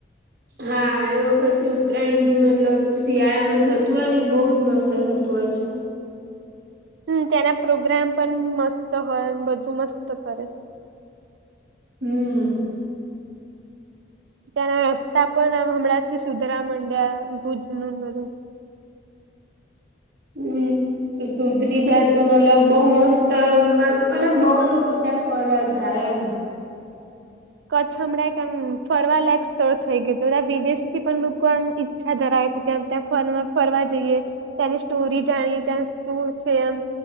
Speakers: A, on the right (about 60°); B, on the right (about 75°).
A: હા એ વખત ઉત્તરાયણ ભી મતલબ શિયાળા માં થતું હોય ને બહુ જ મસ્ત થતું હોય છે.
B: હમ ત્યાના પ્રોગ્રામ પણ મસ્ત હોય બધું મસ્ત કરે.
A: હમ
B: ત્યાંના રસ્તા પણ હમણાં સુધરા મંડ્યા ભુજ નું ને બધું.
A: હમ! તો સુતરી જાત મતલબ બહુ મસ્ત મતલબ બહુ લોકો ત્યાં ફરવા જાય એમ.
B: કચ્છ હમણાં કે એમ ફરવા લાયક સ્થળ થઈ ગયું. તો બધા વિદેશ થી પણ લોકો આમ ઈચ્છા ધરાવે છે કેમ ત્યાં ફર ફરવા જઈએ. ત્યાંની સ્ટોરી જાણી ત્યાં શું છે? એમ